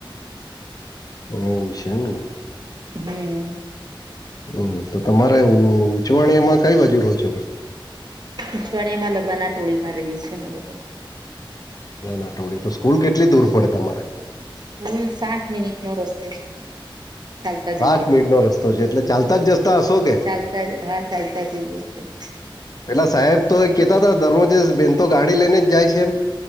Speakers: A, on the left; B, on the right.
A: <inaudible> એવુ છે એમને
B: હમ
A: હમ તો તમારા ઉચવાણીમાં કઈ બાજુ રહો છો?
B: અછવાડિયામાં લબાના ટોળીમાં રહીએ છે અમે લો
A: નાટોડી તો સ્કૂલ કેટલી દૂર પડે તમારે?
B: કુલ સાત મિનિટ નો રસ્તો છે. ચાલતા જઈએ
A: સાત મિનિટ
B: તો
A: નો રસ્તો છે એટલે ચાલતા જ જતા હશો કે
B: ચાલતા હા ચાલતા જઈ છે
A: પેલા સાહેબ તો કેહેતા હતા દરરોજે બેન તો ગાડી લઈને જ જાય છે એમ.